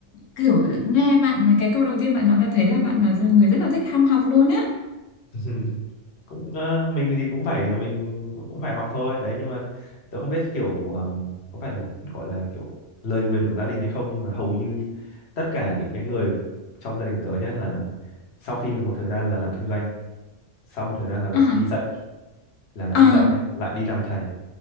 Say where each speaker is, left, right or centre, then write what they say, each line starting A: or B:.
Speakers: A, on the left; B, on the left.
A: kiểu nghe bạn cái câu đầu tiên bạn nói đã thấy là bạn là người rất là thích ham học luôn á
B: <laughs> cũng ờ, mình thì cũng phải là mình cũng phải học thôi đấy nhưng mà tớ không biết kiểu ờm, có phải một gọi là kiểu lời nguyền của gia đình hay không nhưng mà hầu như tất cả những cái người trong gia đình tớ nhá là sau khi là một thời gian là làm kinh doanh sau một thời gian là lại
A: à,
B: đi dạy là lại
A: à
B: đi dạy nhá lại đi làm thầy